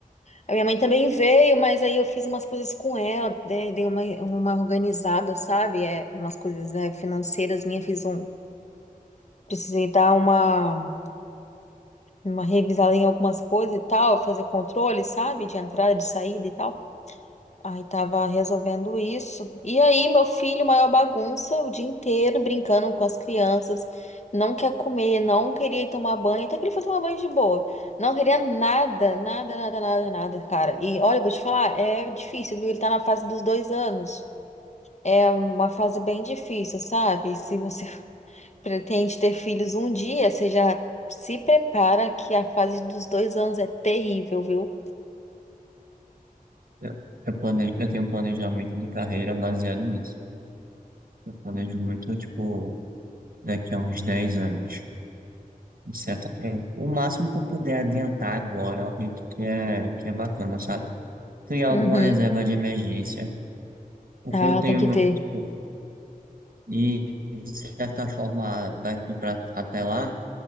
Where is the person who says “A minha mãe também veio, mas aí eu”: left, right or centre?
Left